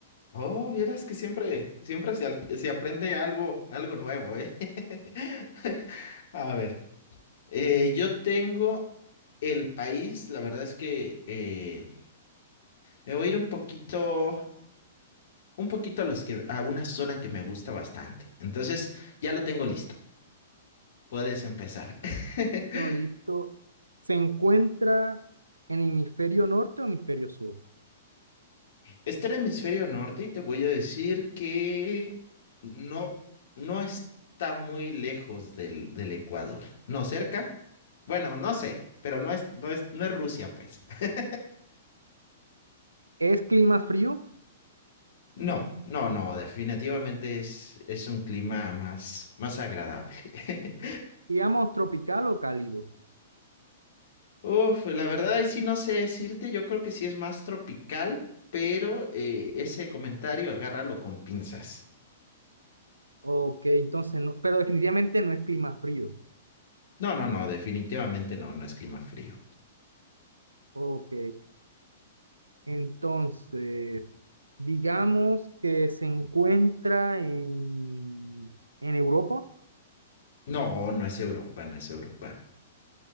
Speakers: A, on the left; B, on the right.
A: Oh, vieras que siempre, siempre se, al- se aprende algo, algo nuevo, ¿eh? <laughs> A ver, eh, yo tengo El país, la verdad es que eh, me voy a ir un poquito, un poquito a los que, a una zona que me gusta bastante. Entonces, ya lo tengo listo. Puedes empezar. <laughs>
B: No, listo. ¿Se encuentra en hemisferio norte o hemisferio sur?
A: Está el hemisferio norte y te voy a decir que no, no está muy lejos del, del Ecuador. No cerca. Bueno, no sé, pero no es, no es, no es Rusia, pues. <laughs>
B: ¿Es clima frío?
A: No, no, no, definitivamente es, es un clima más, más agradable. <laughs>
B: Digamos, tropical o cálido.
A: Uf, la verdad ahí sí no sé decirte, yo creo que sí es más tropical, pero eh, ese comentario agárralo con pinzas.
B: Ok, entonces, no, pero definitivamente no es clima frío.
A: No, no, no, definitivamente no, no es clima frío.
B: Ok, entonces, digamos que se encuentra en, en Europa.
A: No, no es Europa, no es Europa.